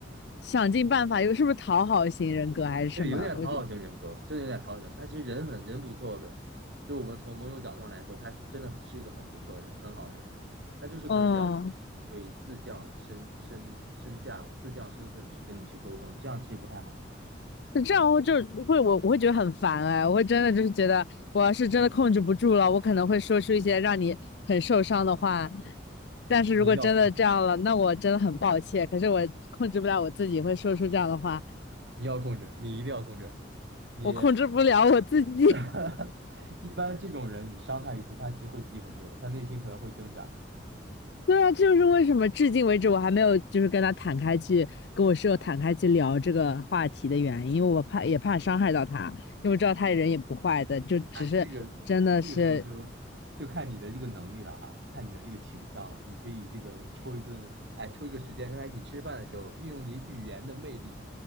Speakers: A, on the left (about 65°); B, on the right (about 70°).
A: 想尽办法，又是不是讨好型人格还是什么？
B: 对，有点讨好型人格，
A: 我就，得，
B: 真的有点讨好型。他其实人很人不错的，就我们从某种角度上来说，他真的是一个很不错的人，很好的人。他就是可能表达
A: 嗯，
B: 会自降身身身价吧，自降身份去跟你去沟通，这样其实不太好。
A: 就这样会就会我我会觉得很烦哎，我会真的就是觉得我要是真的控制不住了，我可能会说出一些让你很受伤的话。但是如果真的这样了，
B: 你一定要控制，
A: 那我真的很抱歉。可是我控制不了我自己，会说出这样的话。
B: 你要控制，你一定要控制。你
A: 我控制不了我自己。<laughs>
B: <laughs> 一般这种人，你伤他一次，他其实会记很久，他内心可能会挣扎。
A: 对啊，这就是为什么至今为止我还没有就是跟他坦开去跟我室友坦开去聊这个话题的原因，因为我怕也怕伤害到他，因为我知道他人也不坏的，就只是真的是，
B: 哎，这个这个时候就就看你的这个能力了哈，看你的这个情商了。你可以这个抽一顿，哎，抽一个时间跟他一起吃饭的时候，运用你语言的魅力，